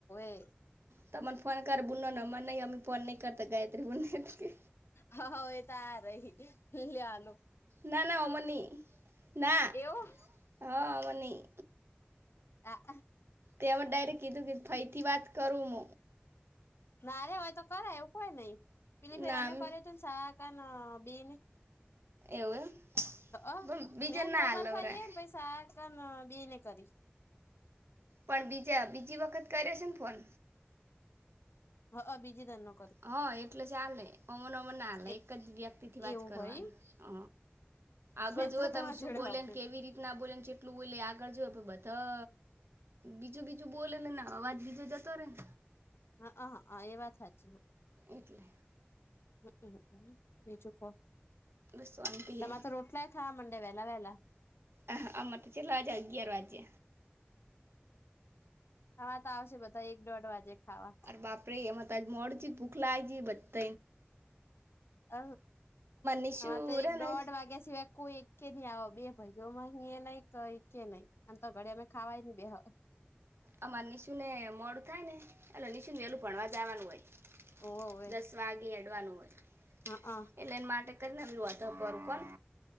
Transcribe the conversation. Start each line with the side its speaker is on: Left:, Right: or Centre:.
Left: એ
Right: તમ મને ફોન કર બુનલોનો નંરહીંમી ફોનહી કરતા ગાય રહી બુનને કે.
Left: હા એ તો આ રહી લેનું.
Right: ના ના અમનિ ના
Left: એવું
Right: હ અમનની.
Left: હા.
Right: તેમાં ડાયરેક્ટ કીધું કે ફાઈથી વાત કરું મ.
Left: નારે હોય તો કરાય એવું કોય નહી પેલી ફેર
Right: ના
Left: અમે
Right: એમ
Left: કરએ તું ને શાક બીન
Right: એવું
Left: અ
Right: પણ બીજા
Left: મેન
Right: ના
Left: કોમલભાઈ
Right: હલવરા
Left: એને પૈસા આ બેને કરી
Right: પણ બીજા બીજી વખત કરે છે ને ફોન
Left: હ બીજી તનો.
Right: હા એટલે ચાલે અમન ઓમન નાલે
Left: એ
Right: એક જ વ્યક્તિ થી વાત
Left: એવું
Right: કરવાનું.
Left: હોય એમ
Right: હ આગળ
Left: મેં
Right: જોુવઓ
Left: તો
Right: તમે
Left: તમારી
Right: શું
Left: જોડે
Right: બોલે
Left: હોભળ્યું
Right: કેવી રીતના બોલે એટલું બોલી આગળ જો બધા બીજું બીજું બોલે ને અવાજ બીજો જતો રહેે ને.
Left: હા હ એ વાત સાચ છે.
Right: એટલે
Left: હ બીજું કો.
Right: શાંતિ.
Left: તો
Right: હે
Left: મા તો રોટલાય થા, મંડે વહેલા વહેલા
Right: અહ, અમૃ તો ચલ્લા જળગએ રવાજે
Left: હવા તો આવશે બધા એક દોઢ વાગે ખાવા
Right: બાપરેે એમાં તજ મોડ છે, ભૂખલાય છે, બધ
Left: હ
Right: નિશુ
Left: હમાં તો એક
Right: રે
Left: દોઢ
Right: ને
Left: વાગ્યા સિવાય કોઈ એક કે નહી આવ બે ભાઈઓમાં અહી નહી કઈ કે નહી આમ તો ઘડી અમે ખાવાય નહી બેહ
Right: અમાર નિશુ ને મળડું થાય ને એટલે નિનીશુ ને પેલું ભણવા જવાનું હોય
Left: ઓવે
Right: દસ વાગે અડવાનું હોય.
Left: હા હ
Right: એટલે એને માટે કરીને એ વોટઅપ કરું કોને